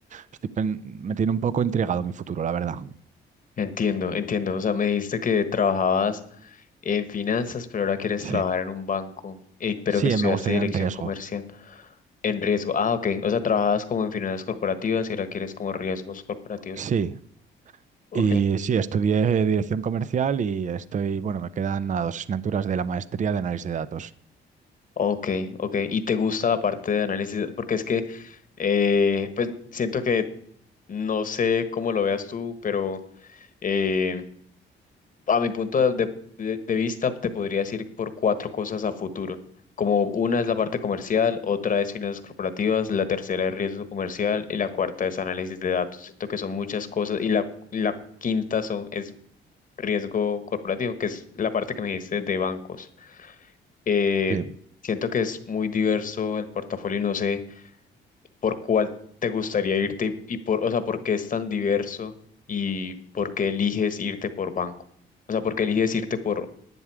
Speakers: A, on the right (about 40°); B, on the left (about 40°).
A: estoy pen- me tiene un poco intrigado mi futuro, la verdad.
B: Entiendo, entiendo. O sea, me dijiste que trabajabas en finanzas, pero ahora quieres
A: Sí,
B: trabajar en un banco, Y pero
A: sí,
B: que estudiaste
A: me gustaría
B: dirección
A: en riesgo.
B: comercial en riesgo. Ah, ok. O sea, trabajabas como en finanzas corporativas y ahora quieres como riesgos corporativos.
A: Sí,
B: Ok.
A: y sí, estudié dirección comercial y estoy, bueno, me quedan nada, dos asignaturas de la maestría de análisis de datos.
B: Ok, ok. ¿Y te gusta la parte de análisis? Porque es que, eh, pues siento que, no sé cómo lo veas tú, pero eh, a mi punto de, de- de vista te podría decir por cuatro cosas a futuro. Como una es la parte comercial, otra es finanzas corporativas, la tercera es riesgo comercial y la cuarta es análisis de datos. Siento que son muchas cosas y la, la quinta son, es riesgo corporativo, que es la parte que me dijiste de bancos. Eh,
A: Sí.
B: siento que es muy diverso el portafolio y no sé por cuál te gustaría irte y, y por, o sea, por qué es tan diverso y por qué eliges irte por banco. O sea, por qué eliges irte por